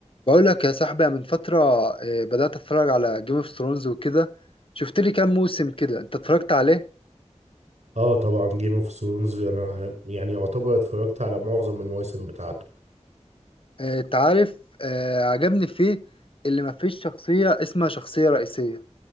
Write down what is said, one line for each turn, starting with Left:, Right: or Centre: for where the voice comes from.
Left: بقول لك يا صاحبي أنا من فترة آه، بدأت اتفرج على جيم اوف ثرونز وكده شفت لي كام موسم كده انت اتفرجت عليه
Right: اه طبعا جيم اوف ثرونز انا يعني يعتبر اتفرجت على معظم المواسم بتاعته
Left: آه، انت عارف آه، عجبني فيه اللي مفيش شخصية اسمها شخصية رئيسية